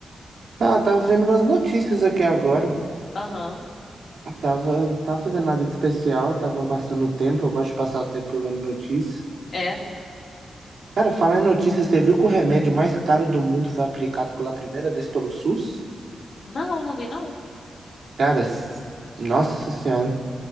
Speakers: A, on the right; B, on the left.
A: Ah, tava vendo umas notícias aqui agora.
B: Aham,
A: Tava, tava fazendo nada de especial, tava passando o tempo. Eu gosto de passar o tempo lendo notícias.
B: é.
A: Cara, falar em notícias, você viu que o remédio mais caro do mundo foi aplicado pela primeira vez pelo SUS?
B: Não, não vi, não.
A: Cara, s- nossa senhora,